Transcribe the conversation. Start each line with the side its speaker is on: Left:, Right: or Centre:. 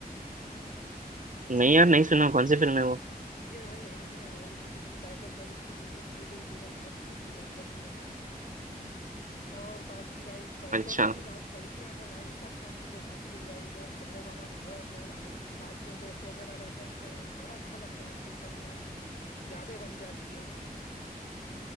Right: नहीं यार नहीं सुना कौन सी फिल्म है वो
Left: ये भाई एनीमे है भाई जुजुत्सु काइसेन भाई उसकी मूवी रिलीज हुई थी भाई बहुत नाइस थी भाई सच में बता रहा हूँ और बाकी भाई पॉपकॉर्न
Right: अच्छा
Left: की बात करी है तो भाई पॉपकॉर्न की तो खुशबू भाई वो अंधेरे वाला माहौल और भाई साथ में दोस्त वगैरह रहते हैं तो भाई बड़ा अच्छा लगता है थिएटर में भाई यादें बन जाती है भाई